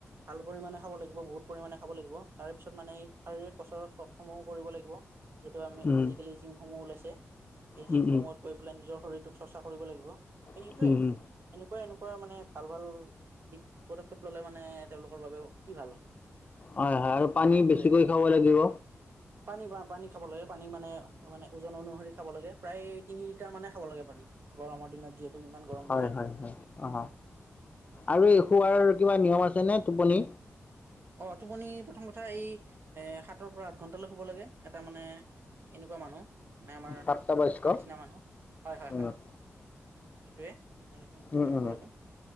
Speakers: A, on the right; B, on the left.
A: ভাল পৰিমাণে খাব লাগিব বহুত পৰিমাণে খাব লাগিব তাৰ পিছত মানে শাৰীৰিক গচৰসমূহ- কৰিব লাগিব, যিহেতু আমি
B: উম উম
A: আজিকালি জিমসমূহ ওলাইছে এই জিমসমূহত-
B: উম
A: গৈ পেলাই নিজৰ শৰীৰটোক চৰ্চা কৰিব লাগিব এই
B: উম
A: সেইটোৱে
B: উম উম
A: এনেকুৱা এনেকুৱা মানে ভাল ভাল- ই পদক্ষেপ ললে মানে তেওঁলোকৰ বাবে কি ভাল হয়?
B: হয় হয় আৰু পানী
A: সেইটোৱে
B: বেছিকৈ খাব লাগিব।
A: পানী বা পানী খাব লাগে পানী মানে মানে ওজন অনুসৰি খাব লাগে প্ৰায় তিনি লিটাৰ মানে খাব লাগে পানী। গৰমৰ দিনত যিহেতু। ইমান গৰম
B: হয়
A: পৰে
B: হয় হয় অ,
A: সেইটোৱে
B: আৰু
A: সেইটোৱে
B: এই শুৱাৰ কিবা নিয়ম আছে নে টোপনি?
A: অ টোপনি প্ৰথম কথা এই এ, সাতৰ পৰা আঠ ঘণ্টালৈ শুব লাগে এটা মানে- এনেকুৱা মানুহ মানে, আমাৰ
B: প্ৰাপ্তবয়স্ক
A: আমাৰ নিচিনা মানুহ হয় হয়
B: উম,
A: হয়। সেইটোৱে এনেকে শুই
B: উম,
A: থাকিব
B: উম।
A: লাগে,